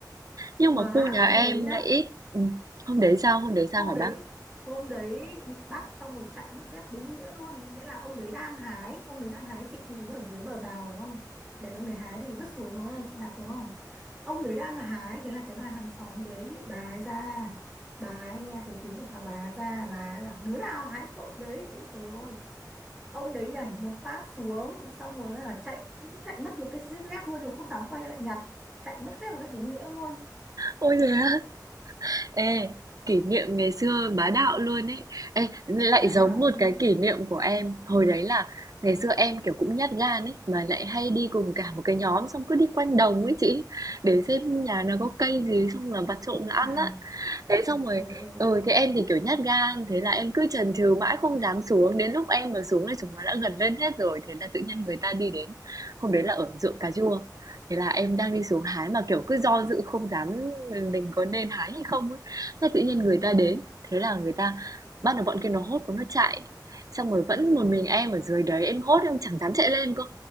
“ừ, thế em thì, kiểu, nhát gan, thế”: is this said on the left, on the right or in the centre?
Right